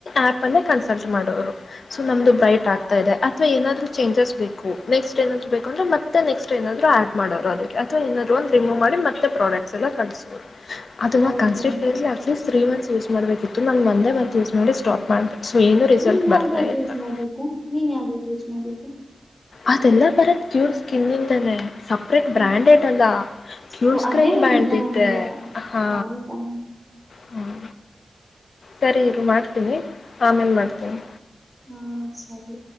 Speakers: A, on the left; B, on the left.
A: ಆಪ್ ಅೇ ಕನ್ಸಲ್ಟ್ ಮಾಡೋರು ಸೊ ನಮ್ದು ಬ್ರೈಟ್ ಆಗ್ತಾ ಇದೆ ಅಥವಾ ಏನಾದ್ರು ಚೇಜಸ್ ಬೇಕ ನೆಕ್ಸ್ಟ್ ಏನಾದ್ರು ಬೇಕಂದ್ರೆ ಮತ್ತೆ ನೆಕ್ಸ್ಟ್ ಏನಾದರುೂ ಆಡ್ ಮಾಡೋ ಅದ ಅಥವಾ ಏಾದ್ರು ರಿಮೂವ್ ಮಾಡಿ ಮತ್ತೆ ಪ್ರಾಡಕ್ಟ್ಸ್ ಎಲ್ಲ ಕಿಸುದು ಅದನ್ನ
B: ಹೌದಾ
A: ಕನ್ಸ್ಟಿಸ್ಟ್ ತ್ರೀ ಮತ್ಸ್ ಯೂಸ್ ಮಾಡಬೇಕಿತ್ತು ನಾನು ಒಂದೇ ಮತ್ ಯೂಸ್ ಮಾಡಿ ಸ್ಟಾಪ್ ಮಾಡ ಸೊ ಏನು ರಿಸಲ್ಟ್
B: ನೀನ್
A: ಬರ್ತಾ
B: ಯಾವ್ದಾವ್ದು
A: ಇತ್ತ
B: ಯೂಸ್
A: <inaudible>
B: ಮಾಡಿದ್ದೆ ನೀನ್ ಯಾವ್ದಾವ್ದು ಯೂಸ್ ಮಾಡಿದ್ದೆ
A: ಅದೆಲ್ಲ ಬರತ್ ಕ್ಯೂರ್ ಸ್ಕಿನಿದಾನೆ ದಾನನೆ ಸಪ್ರೇಟ್
B: ಹ್ಮ್
A: ಬ್ರ್ಯಾಂಡೆಡ್ ಅಲ್ಲ ಕ್ಲೂರ್
B: ಓ
A: ಸ್ಕ್ರೀನ್
B: ಅದೇ
A: ಬ್ಯಾಣತತೆ
B: ಒಂದ ಒಂದ
A: ಹಾ
B: ಹೌದಾ
A: ಹ್ಞ ಸರಿ ಇರು ಮಾಡ್ತೀನಿ ಆಮೇಲೆ ಮಾಡ್ತೀನಿ
B: ಹಾ ಸರಿ